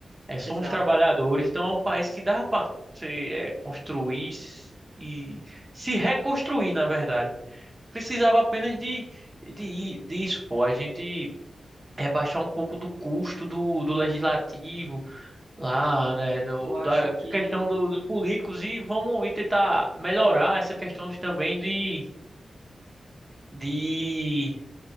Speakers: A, on the right (about 30°); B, on the right (about 65°).
A: É, somos
B: Exato.
A: trabalhadores, então é um país que dá para você é, construir e se reconstruir, na verdade. Precisava apenas de, de disso, pô. A gente é baixar um pouco do custo do, do legislativo lá, né, do,
B: Eu acho
A: da
B: que
A: questão do- dos políticos e vamos e tentar melhorar essa questão também de, de